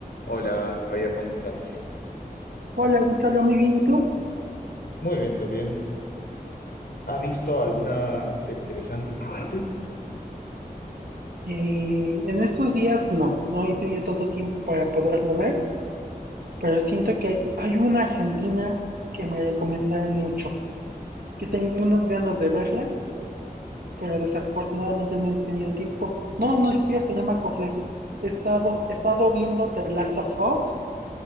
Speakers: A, on the left; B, on the right.
A: Hola, Javier, ¿cómo estás?
B: Hola Gonzalo, muy bien, ¿tú?
A: Muy bien, también. ¿Has visto alguna serie interesante últimamente?
B: Eh, en estos días no, no he tenido tanto tiempo para poderlo ver, pero siento que hay, hay una argentina que me recomendaron mucho, que tengo unas ganas de verla, pero desafortunadamente no he tenido tiempo. No, no es cierto, ya me acordé. He estado, he estado viendo The Last of Us,